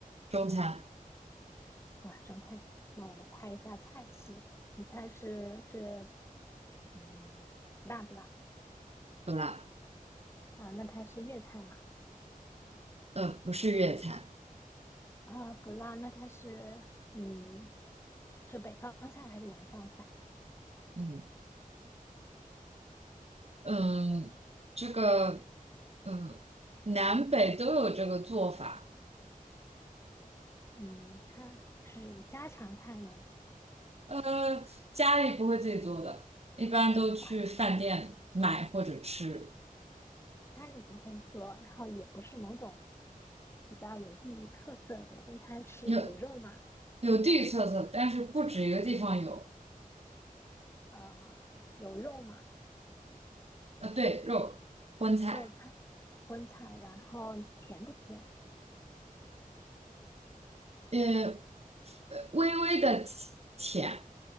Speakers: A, on the right; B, on the left.
A: 中餐
B: 哇，中餐。那我来猜一下菜系，你猜是是嗯辣不辣
A: 不辣，
B: 啊？那它是粤菜嘛？
A: 呃，不是粤菜，
B: 啊，不辣。那它是嗯是北方菜还是南方菜？
A: 嗯嗯，这个呃南北都有这个做法，
B: 嗯，它是家常菜吗？
A: 呃，家里不会自己做的，一般都去饭店买或者吃，
B: 哇，家里不会做，然后也不是某种比较有地域特色的，但它是有肉吗？
A: 有有地域特色，但是不止一个地方有。
B: 啊，有肉吗？
A: 呃，对，肉，荤菜，
B: 肉菜、荤菜，然后甜不甜？
A: 呃，呃微微的甜，